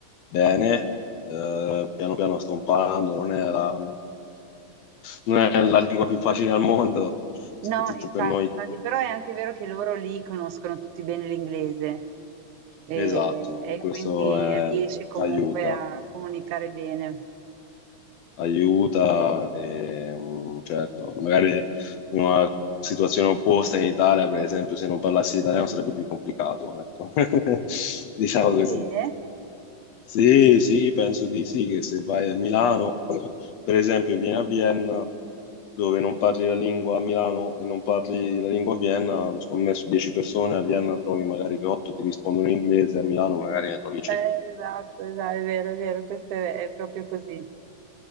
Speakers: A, on the left; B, on the right.
A: bene. Eh, piano piano sto imparando, non è la, non è la lingua più facile al mondo, soprattutto
B: No, infatti,
A: per noi
B: infatti, però è anche vero che loro lì conoscono tutti bene l'inglese e,
A: Esatto,
B: e
A: e questo
B: quindi
A: eh,
B: riesci comunque
A: aiuta,
B: a comunicare bene.
A: aiuta e mm, certo, magari in una situazione opposta in Italia, per esempio, se non parlassi italiano sarebbe più complicato, ecco. <laughs> Diciamo
B: Sì,
A: così.
B: eh?
A: Sì, sì, penso di sì, che se vai a Milano, <clears throat> per esempio, e vieni a Vienna, dove non parli la lingua a Milano e non parli la lingua a Vienna, secondo me su 10 persone a Vienna trovi magari che 8 ti rispondono in inglese, a Milano magari ne trovi 5.
B: Eh, esatto, esatto, è vero, è vero, questo è, è proprio così.